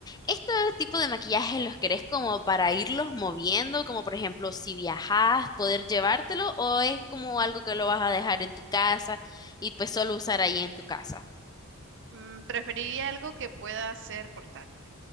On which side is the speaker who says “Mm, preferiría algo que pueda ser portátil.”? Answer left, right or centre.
Right